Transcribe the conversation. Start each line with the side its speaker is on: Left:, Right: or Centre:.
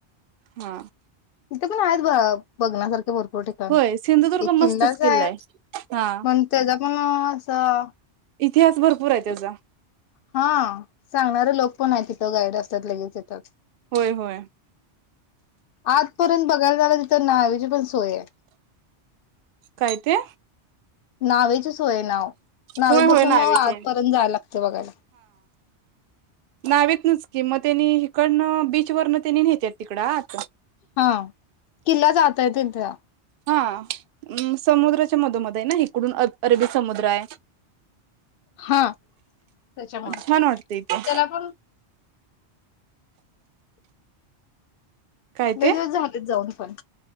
Right: हा
Left: तिथे पण आहेत ब बघण्यासारखे भर हो ठिकाण
Right: होय सिंधुदुर्ग
Left: एक
Right: मस्तच
Left: किल्लाच
Right: किल्ला
Left: आहे
Right: हा.
Left: पण त्याचा पण अ असं
Right: इतिहास भरपूर आहे त्याचा
Left: हा सांगणारंलोक पण आहे तिथं गाईडर. त्यात लगेच येतात.
Right: होय होय
Left: आतपर्यंत बघायला जायला तर नावेची पण सोय आहे.
Right: काय ते
Left: नावेची सोय आहे नाहो. नावेत
Right: होय
Left: बसून
Right: होय नावेचे
Left: मग आतपर्यंत
Right: आहे.
Left: जाय लागते बघायला.
Right: नावेतनचकी मग त्यानी हिकडंन बीचवरन त्यानी नेत्यात तिकडं आ आता
Left: हा किल्ला जातय तिथं
Right: हा अम्म समुद्र मधोमध आहे ना, हिकडून अर अरबी समुद्र आहे.
Left: हा त्याच्यामुळे
Right: छान वाटते इथे
Left: त्याला पण
Right: काय
Left: लई
Right: ते
Left: दिवस झालेत जाऊन पण